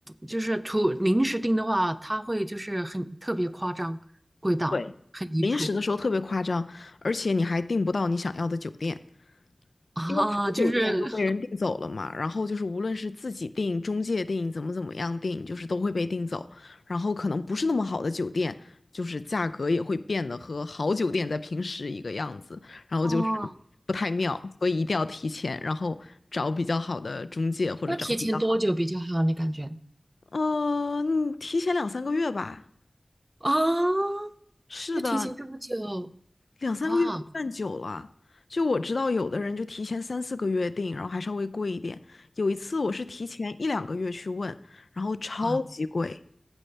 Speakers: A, on the right; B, on the left.
A: 就是图临时订的话，它会就是很特别夸张，贵到很离谱
B: 对，临时的时候特别夸张，而且你还订不到你想要的酒店。
A: 啊，
B: 因为好酒店都被人订走了嘛，
A: 就是
B: 然后就是无论是自己订、中介订、怎么怎么样订，就是都会被订走。然后可能不是那么好的酒店，就是价格也会变得和好酒店在平时一个样子，然后就是不太妙，
A: 哦。
B: 所以一定要提前，然后找比较好的中介或者找比较好的。
A: 一般提前多久比较好？你感觉
B: 呃，嗯提前两三个月吧。
A: 啊，
B: 是的，
A: 要提前这么久？
B: 两三个月不算久了。
A: 哇
B: 就我知道，有的人就提前三四个月订，然后还稍微贵一点。有一次我是提前一两个月去问，然后超级贵。
A: 啊，